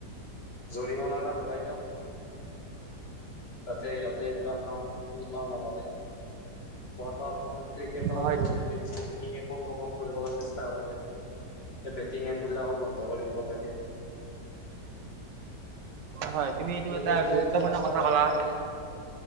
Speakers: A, on the left; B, on the right.
A: জৰিমনা এটা লগাই দিয়ক তাতে ইহতে এইবিলাক কাম ক নকৰে মট সমমাৰ ক্ৰিকেটৰ
B: হয়
A: জৰিয়তে কিছুমান বেটিং একো প্ৰমোট কৰিব লাগে কৰে বেটিং এপ বিলাকো বন্ধ কৰি দিব লাগে
B: হয় তুমি এইটো
A: ক্ৰিকেট
B: এটা গুৰুত্বপূৰ্ণ
A: তোমাৰ চাব
B: কথা ক'লা
A: গলে